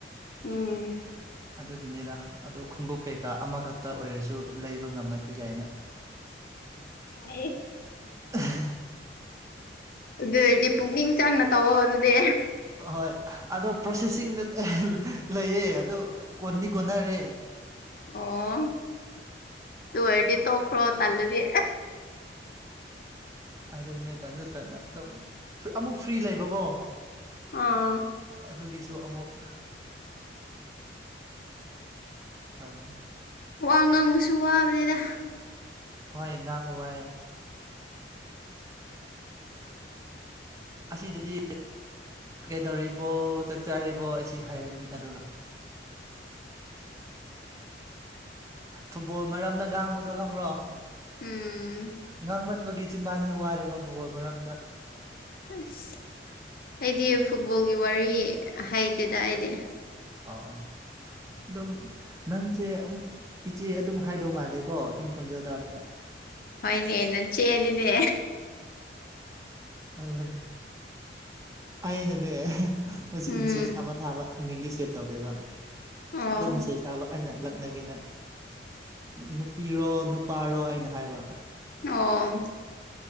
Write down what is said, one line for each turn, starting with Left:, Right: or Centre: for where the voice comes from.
Left: ꯎꯝ
Right: ꯑꯗꯨꯒꯤꯅꯤꯅ ꯑꯣ ꯈꯣꯡꯎꯞ ꯀꯩꯀꯩ ꯀ ꯀꯥ ꯑꯃꯈꯛꯇ ꯑꯣꯏꯔꯁꯨ ꯂꯩꯕ ꯉꯝꯃꯗꯤ ꯀꯥꯏꯅ
Left: ꯍꯥꯏ
Right: ꯑ
Left: ꯑꯗꯨ ꯑꯣꯏꯔꯗꯤ ꯄꯨꯛꯅꯤꯡ ꯆꯪꯅ ꯇꯧꯑꯣ ꯑꯗꯨꯗꯤ
Right: ꯑꯍꯣꯏ ꯑꯗꯣ ꯄ꯭ꯔꯣꯁꯦꯁꯤꯡꯗ ꯂꯩꯌꯦ ꯑꯗꯣ ꯀꯣꯟꯗꯤ ꯀꯣꯟꯅꯔꯦ
Left: ꯑꯣ ꯇ ꯑꯣꯏꯔꯗꯤ ꯇꯣꯛꯈ꯭ꯔꯣ ꯇꯜꯂꯗꯤ
Right: ꯑꯗꯨꯅꯦ ꯇꯟꯖ ꯇꯟ ꯑꯗꯨꯝ ꯑꯃꯨꯛ ꯐ꯭ꯔꯤ ꯂꯩꯕꯀꯣ
Left: ꯑꯥ
Right: ꯑꯗꯨꯒꯤꯁꯨ ꯑꯃꯨꯛ ꯇꯃꯦ
Left: ꯋꯥ ꯉꯥꯡꯕꯁꯨ ꯋꯥꯕꯅꯦꯗ
Right: ꯍꯣꯏ ꯉꯥꯡꯕ ꯋꯥꯏꯑꯦ ꯑꯁꯤꯗꯗꯤ ꯀꯩꯗꯧꯔꯤꯕꯣ ꯆꯥꯛ ꯆꯥꯔꯤꯕꯣ ꯑꯩꯁꯨ ꯍꯥꯏꯔꯅꯤ ꯑꯗꯨꯒ ꯐꯨꯠꯕꯣꯜ ꯃꯔꯝꯗ ꯉꯥꯡꯕꯗꯣ ꯈꯪꯕ꯭ꯔꯣ
Left: ꯎꯝ
Right: ꯉꯥꯡꯃꯟꯕꯒꯤ ꯁꯤ ꯃꯥꯥꯟꯁꯦ ꯋꯥꯔꯦꯕ ꯐꯨꯠꯕꯣꯜ ꯃꯔꯝꯗ
Left: ꯑꯁ ꯑꯩꯗꯤ ꯐꯨꯠꯕꯣꯜꯒꯤ ꯋꯥꯔꯤ ꯍꯥꯏꯩꯇꯦꯗ ꯑꯩꯗꯤ
Right: ꯑꯥ ꯑꯥ ꯑꯗꯨꯝ ꯅꯪꯁꯦ ꯑꯗꯨꯝ ꯏꯆꯦ ꯑꯗꯨꯝ ꯍꯥꯏꯗꯧ ꯃꯥꯜꯂꯦꯀꯣ ꯑꯗꯨꯝ ꯈꯣꯟꯖꯦꯜ ꯇꯥꯕꯗ
Left: ꯍꯣꯏꯅꯦ ꯅ ꯆꯦꯅꯤꯅꯦ
Right: ꯑꯗꯨ ꯑꯩꯅꯅꯦ ꯍꯧꯖꯤꯛ
Left: ꯎꯝ
Right: ꯃꯦꯁꯦꯖ ꯑꯃ ꯊꯥꯕ ꯃꯤꯡꯗꯤ ꯁꯦꯞ ꯇꯧꯗꯦꯕ
Left: ꯑꯣ
Right: ꯑ ꯃꯦꯁꯦꯁ ꯆꯥꯕ ꯑꯩꯅ ꯂꯛꯅꯒꯦꯅ ꯅꯨꯄꯤꯔꯣ ꯅꯨꯄꯥꯔꯣ ꯑꯅ ꯍꯥꯏꯕ
Left: ꯑꯣ